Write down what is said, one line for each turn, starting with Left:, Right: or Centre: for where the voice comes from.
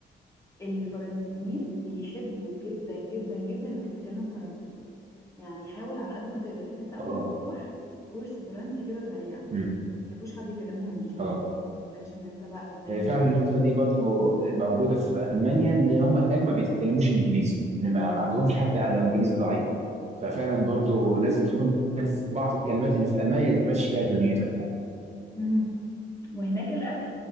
Left: الفرنسيين بيحبوا جدا جدا جدا انك تتكلم فرنسي يعني حاول على قد ما تقدر ان انت قبل
Right: اه
Left: ما تروح كورس فرنسي كده سريع ما
Right: امم
Left: تحبوش حد يكلمهم انجليزي
Right: اه
Left: ما تعتمدش ان انت بقى فاهمان
Right: هي فعلا النقطة دي برضو موجودة في ألمانيا إن هم هناك ما بيتكلموش إنجليزي إن ما, ما عندهمش حتى لو إنجليزي ضعيف ففعلا برضو لازم تكون عارف بعض الكلمات اللي في ألمانيا اللي تمشي بيها دنيتك يعني
Left: مم. وهناك الأكل